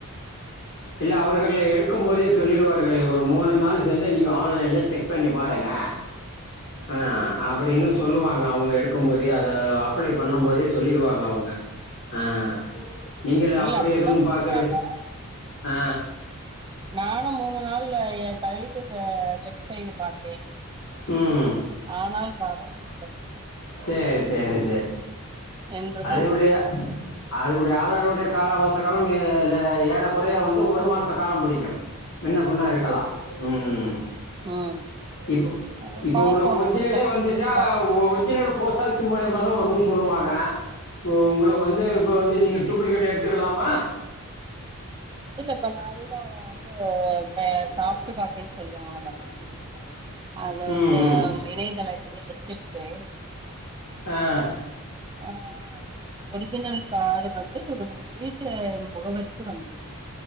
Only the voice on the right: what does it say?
ம்
இல்ல அப்டித்தா
சொன்னாங்க
நானு மூணு நாள்ல எ கழுத்து ச செக் செய்து பாத்தேன்
ஆனால் வரவில்லை
என்றுதான்
வந்தது
ம்
ஆ
பார்ப்போம்
அடுத்த வாரம்
எதுவா
இல்லப்ப நா அதுதா வந்து
சாஃப்ட் காப்பின்னு சொல்லுவாங்கல்ல அத வந்து
இணையதளத்துலயே எடுத்து விட்டேன்
ஆ ஒரிஜினல் கார்டு வந்து நம்ம வீட்டு முகவரிக்கு வந்துவிடும்